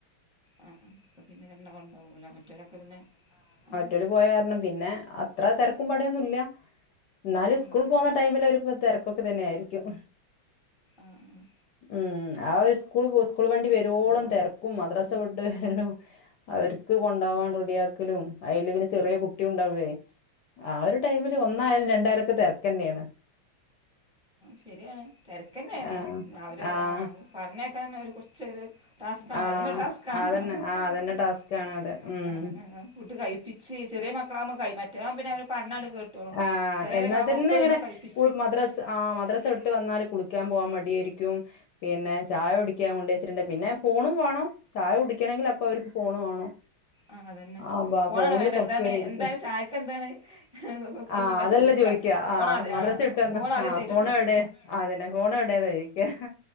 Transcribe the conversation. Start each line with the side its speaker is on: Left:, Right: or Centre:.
Centre: ആഹ് ആഹ് അപ്പ പിന്നെ രണ്ടാള് ഉണ്ടാവള്ളു ലേ. മറ്റൊലൊക്കെ പിന്നെ ആഹ്
Left: ഓല് പോയ കാരണം പിന്നെ അത്ര തെരക്കും പടയൊന്നുല്ല ഇന്നാലും
Centre: ആഹ്
Left: സ്കൂൾള് പോവ് ടൈമില് ഒര് പ്ര തെരക്കൊക്കെ തന്നെ ആയിരിക്കും
Centre: ആഹ് ആഹ്
Left: മ്മ് ആ ഒരു സ്കൂൾ പോ സ്കൂൾ വണ്ടി വരോളം തെരക്കും മദ്രസ വിട്ട് വരലും അവർക്ക് കൊണ്ടാവാൻ റെഡിയാക്കലും അയ്‌ല് പിന്നെ ചെറിയ കുട്ട്യു ഉണ്ടാവേ. ആ ഒരു ടൈമില് ഒന്നായാലും രണ്ടായലൊക്കെ തെരക്കന്നേണ്
Centre: ശരിയാണ് തെരക്കെന്നേണ്
Left: ആഹ്
Centre: അവര്
Left: ആഹ്
Centre: എഫ് പറഞ്ഞയക്കാൻ തന്നെ ഒരു കൊർച്ചൊരു ടാസ്കാണ്
Left: ആഹ്
Centre: അതന്നെ ടാസ്കാണ്.
Left: അതന്നെ
Centre: അത്
Left: ആഹ്
Centre: പർഞ്ഞയ്ക്ക്ണെ.
Left: അതന്നെ ടാസ്കാണ് അത്. ഉം
Centre: ആഹ് ആഹ് ഫുഡ് കഴ്പ്പിച്ച് ചെറിയ മ ക്കളാവുമ്പം കയ് മറ്റേ ആവുമ്പം പിന്നെ അവരെ പറഞ്ഞാണ്ട് കേട്ടോളും
Left: ആഹ്
Centre: ചിലരെ
Left: എന്നാ തന്നെ
Centre: ഒപ്പം
Left: ഇങ്ങനെ
Centre: നിന്ന് കഴിപിച്ച്
Left: കു മദ്രസ് ആഹ് മദ്രസ വിട്ട് വന്നാൽ കുളിക്കാൻ പോകാൻ മടിയായിരിക്കും പിന്നെ ചായ കുടിക്കാൻ കൊണ്ടേച്ചിട്ട്ണ്ടെ പിന്നെ ഫോണും വാണം ചായ കുടിക്കണെങ്കിൽ അപ്പൊ അവർക്ക് ഫോണ് വേണം
Centre: ആ അതന്നെ
Left: അപ്പാ
Centre: ഫോണാണ്
Left: ഫോണില്
Centre: വേണ്ടത്
Left: കുറചേരം
Centre: എന്താണ്
Left: ഇരി
Centre: എന്താണ് ചായക്ക് എന്താണ് ഇതെന്നല്ല
Left: ആഹ് അതെല്ല
Centre: ചോദിക്കുക
Left: ചോയിക്ക
Centre: ഫോൺ
Left: ആഹ്
Centre: ആദ്യ
Left: മദ്രസ
Centre: ആ
Left: വിട്ട് വന്നാ
Centre: ഫോൺ ആദ്യം
Left: ആഹ്
Centre: തരുമോന്ന്
Left: ഫോണ് എവടെ
Centre: ചോദിച്ച
Left: ആതന്നെ ഫോണ് എവിടെ എന്നാ ചോയിക്ക്യാ.